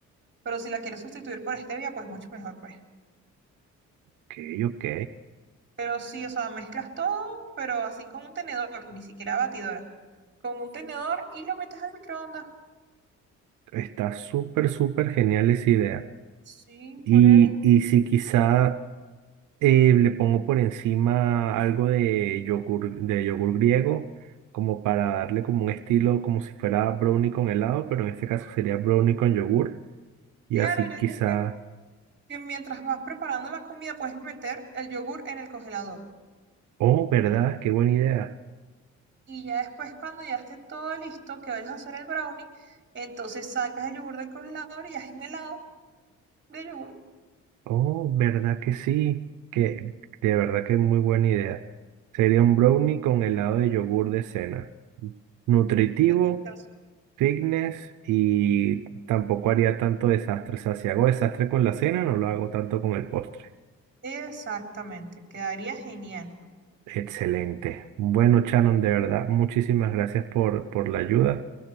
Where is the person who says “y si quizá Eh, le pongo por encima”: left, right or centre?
Right